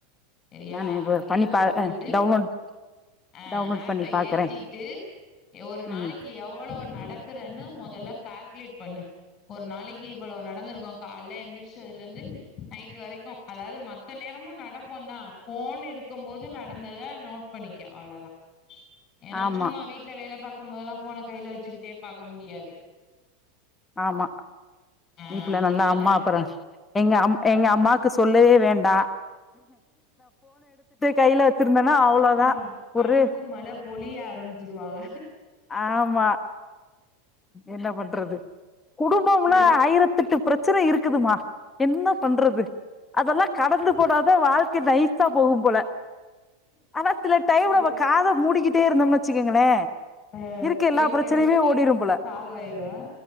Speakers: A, on the left; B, on the left.
A: சேரியா
B: நானு இப்ப
A: அத மட்டு
B: பண்ணி பா
A: போட்டுட்டு
B: டவுன்லோட்
A: ஆ
B: டவுன்லோட்
A: ஆப்ப
B: பண்ணி பாக்குறேன்
A: ஏத்திட்டு ஒரு நாளைக்கு
B: ம்
A: எவ் போளோ நடக்கறன்னு மொதல கால்குலேட் பண்ணு ஒரு நாளைக்கு இவ்வளோ நடந்திருக்கு காலையில எழுந்திரிச்சுதுல இருந்து நைட்டு வரைக்கு அதாவது மத் மத்த நேரமு நடப் போத்தா ஃபோன் இருக்கும் போது நடந்தத நோட் பண்ணிக்க அவ்ளவதா ஏன்னா
B: ஆமா
A: சும்மா வீட்ல வேல பாக்கும் போது எல்லா ஃபோன கையில வச்சுக்கிட்டே பாக்க முடியாது
B: ஆமா
A: ஆ
B: வீட்ல
A: அதனால
B: நல்லா அம்மா அப்பறோ எங்க அம் எங்க அம்மாக்கு சொல்லவே வேண்டா கையில வச்சிருந்தேன்னா அவ்ளோதான்
A: அப்பறோ
B: ஒரு
A: அன்பு மழ பொழிய ஆரம்பிச் சுருவாங்க
B: ஆமா என்ன பண்றது குடும்பம்ன
A: சேரி
B: ஆயிரத்தெட்டு பிரச்சன இரு க்குதுமா என்ன பண்றது அதல்லா கடந்து
A: ஒன்னு பண்ண
B: போனா தா வாழ்க்க நைசா போகும் போல ஆனா சில டைம்
A: சேரி
B: காத மூடிக்கிட்டே இருந்தோம்ன்னு வச்சுக்கோங்களே
A: ஆ
B: இருக்க எல்லா
A: கேக்கவே
B: பிரச்சனையுமே ஓடிரும் போல
A: சால்வ் ஆயிரு